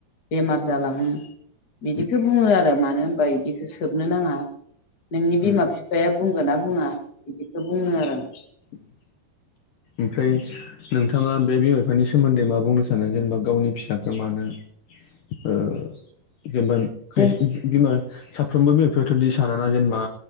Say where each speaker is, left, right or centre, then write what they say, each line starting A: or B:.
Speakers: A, on the left; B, on the left.
A: बेमार जालाङो बिदिखौ
B: उम
A: बुङो आरो मानो होनबा इदिखौ सोबनो नाङा नोंनि बिमा
B: उम
A: बिफाया बुंगोन ना बुङा बिदिखौ बुङो आरो आं।
B: उम। ओमफ्राय नोंथाङा बे बिमा बिफानि सोमोन्दै मा बुंनो सानो जेनेबा गावनि फिसाखौ मानो ओ जेनेबा
A: जेन
B: खायसे बिमा साफ्रोमबो बिमा बिफायाथ' बिदि सानाना जेनेबा।